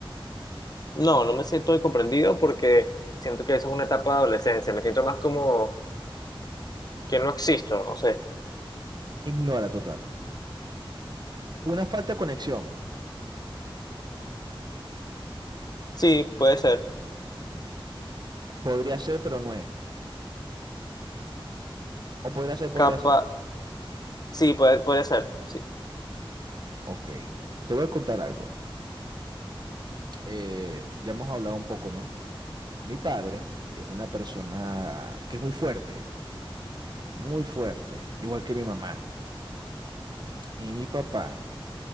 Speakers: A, on the left (about 45°); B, on the right (about 50°).
A: No, no me siento comprendido porque siento que eso es una etapa de adolescencia. Me siento más como que no existo, no sé.
B: Ignora total. Una falta de conexión.
A: Sí, puede ser.
B: Podría ser, pero no es. O podría ser, podría
A: Capa,
B: ser.
A: sí, puede, podría ser. Sí,
B: Ok. Te voy a contar algo. Eh, ya hemos hablado un poco, ¿no? Mi padre es una persona que es muy fuerte, muy fuerte, igual que mi mamá. Y mi papá